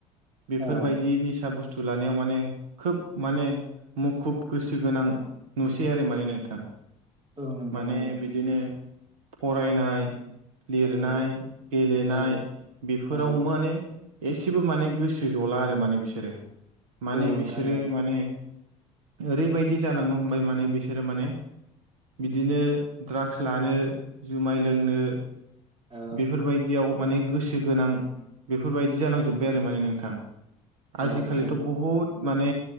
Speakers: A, on the right; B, on the right.
A: बेफोरबायदि
B: औ
A: निसा बुस्थु लानायाव माने खोब माने मुखुब गोसो गोनां नुसै आरो माने नोंथां।
B: औ नोंथां
A: माने
B: औ
A: बिदिनो फरायनाय लिरनाय
B: औ
A: गेलेनाय
B: औ
A: बेफोराव
B: औ
A: माने एसेबो माने गोसो जला आरो माने बिसोरो। माने
B: औ नोंथां
A: बिसोरो
B: औ
A: माने ओरैबायदि जालांनो हमबाय माने बिसोरो माने बिदिनो ड्राग्स लानो जुमाय लोंनो
B: औ
A: बेफोरबायदियाव माने गोसो गोनां बेफोरबायदि जालांजोब्बाय आरो माने नोंथां। आजिखालिथ'
B: औ नोंथां औ
A: बहुद माने